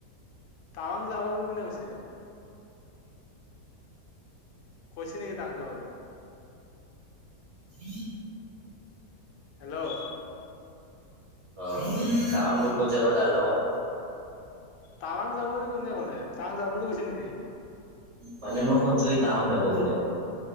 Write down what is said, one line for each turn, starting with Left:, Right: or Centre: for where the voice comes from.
Left: টাৱাং যাব বুলি কোনে কৈছি তোক? কৈছে নেকি টাৱাং যাবলৈ?
Right: <inaudible>
Left: হেল্ল'
Right: অ' টাৱাং কোন কোন যাব তাৰ লগত?
Left: টাৱাং যাব বুলি কোনে ক'লে, টাৱাং যাম বুলি কৈছে নেকি?
Right: মানে মই শুনছোঁ ই, টাৱাং যাব বোলে।